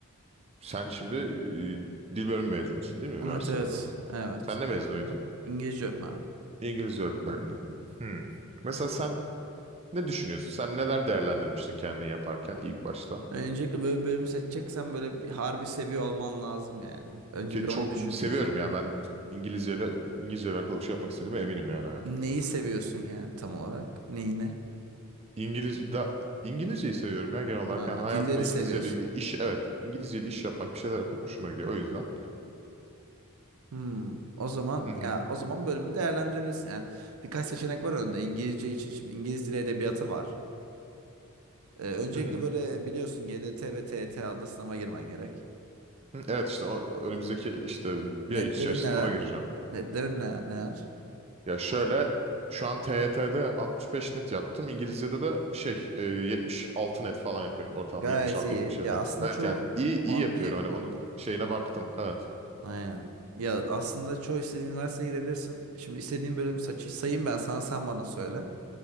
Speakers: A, on the right (about 30°); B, on the right (about 80°).
A: sen şimdi e, dil bölümü mezunusun değil mi üniversitede
B: Evet evet.
A: de?
B: Evet.
A: Sen ne mezunuydun?
B: İngilizce öğretmenliği.
A: İngilizce öğretmenliği. Hmm. Mesela sen ne düşünüyorsun? Sen neler değerlendirmiştin kendini yaparken ilk başta?
B: Öncelikle böyle bir bölümü seçeceksen böyle bir harbi seviyor olman lazım yani. Önce
A: Ki
B: bir
A: çok
B: onu düşün
A: seviyorum
B: iyice.
A: yani ben İngilizce ile İngilizce ile alakalı bir şey yapmak istediğime eminim yani hayatımda.
B: Neyi seviyorsun yani tam olarak? Neyini?
A: İngiliz da İngilizceyi seviyorum ya genel olarak.
B: Aa,
A: Yani hayatımda
B: dilleri
A: İngilizce
B: seviyorsun.
A: ile ilgili iş evet İngilizce ile iş yapmak bir şeyler yapmak hoşuma gidiyor o yüzden.
B: Hmm, o zaman
A: Hı hı.
B: ya o zaman bölümü değerlendirebilirsin. Yani birkaç seçenek var önünde. İngilizce için şimdi İngiliz dili edebiyatı var. Ee, öncelikle
A: Hı hı.
B: böyle biliyorsun GDT ve TET adlı sınava girmen gerek.
A: Hı, Evet işte o önümüzdeki işte
B: Netlerin
A: bir ay içerisinde
B: neler?
A: ona gireceğim.
B: Netlerin ne, neler?
A: Ya şöyle
B: Var.
A: şu an TYT'de 65 net yaptım. İngilizce'de de şey e, 76 net falan yapıyorum ortalama
B: Gayet
A: 76-77.
B: iyi. Ya aslında
A: Evet
B: çoğu
A: yani iyi iyi
B: puanlı
A: yapıyorum
B: iyi.
A: hani onun şeyine baktım. Evet.
B: Aynen. Ya aslında çoğu istediğin üniversiteye girebilirsin. Şimdi istediğin bölüm saçı sayayım ben sana sen bana söyle.